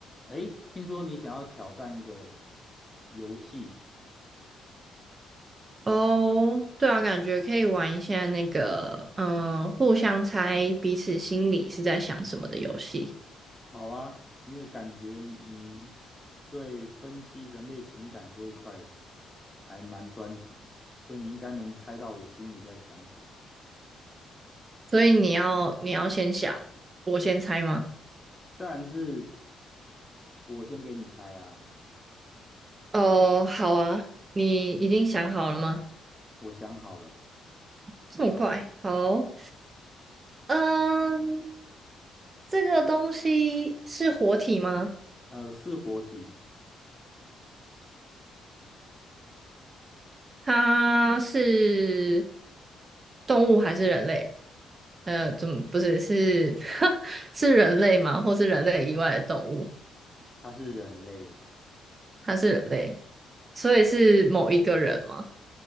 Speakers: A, on the left; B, on the right.
A: 诶，听说你想要挑战一个游戏，
B: 哦，对啊，感觉可以玩一下那个，嗯、互相猜彼此心里是在想什么的游戏。
A: 好啊，因为感觉你对分析人类情感这一块还蛮专长的，所以你应该能猜到我心里在想什么。
B: 所以你要你要先想，我先猜吗？
A: 但是，我先给你猜啊，
B: 哦，好啊，你已经想好了吗？
A: 我想好了，
B: 这么快？好，嗯，这个东西是活体吗？
A: 呃，是活体，
B: 它是动物还是人类？呃，怎么不是是 <laughs> 是人类吗？或是人类以外的动物？
A: 它是人类，
B: 他是人类，所以是某一个人吗？